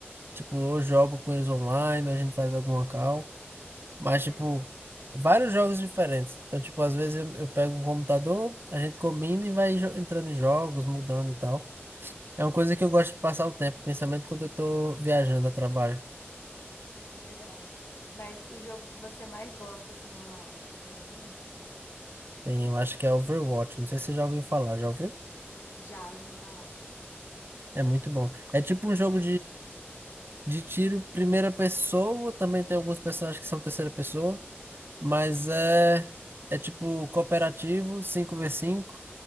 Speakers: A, on the right; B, on the left.
A: tipo, eu jogo com eles online, ou a gente faz alguma call, mas tipo
B: Legal.
A: vários jogos diferentes. Então tipo às vezes eu, eu pego um computador, a gente combina e vai jo- entrando em jogos, mudando e tal. É uma coisa que eu gosto de passar o tempo, principalmente quando eu tô viajando a trabalho.
B: Legal. Mas o jogo que você mais gosta, assim, online, você tem algum?
A: Tem, eu acho que é Overwatch, não sei se você já ouviu falar, já ouviu?
B: Já ouvi falar.
A: É muito bom. É tipo um jogo De tiro, primeira pessoa, também tem alguns personagens que são terceira pessoa, mas é, é tipo cooperativo, cinco v cinco